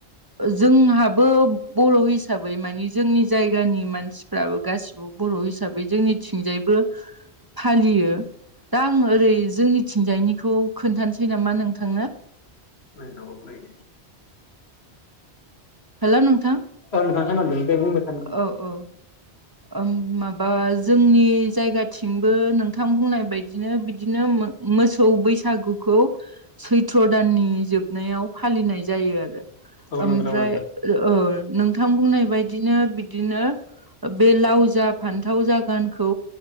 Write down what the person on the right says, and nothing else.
जोंहाबो बर' हिसाबै मानि जोंनि जायगानि मानसिफ्राबो गासिबो बर' हिसाबै जोंनिथिंजायबो फालियो। दा आं ओरै जोंनिथिंजायनिखौ खोनथानोसै नामा नोंथांनो।
हेलौ नोंथां।
औ औ। ओम माबा जोंनि जायगाथिंबो नोंथां बुंनाय बायदिनो बिदिनो मोसौ बैसागुखौ सैथ्र' दाननि जोब नायाव फालिनाय जायो आरो।
ओमफ्राय
ओ नोंथां बुंनाय बाय बिदिनो बिदिनो बे लाव जा, फान्थावजा, गानखौ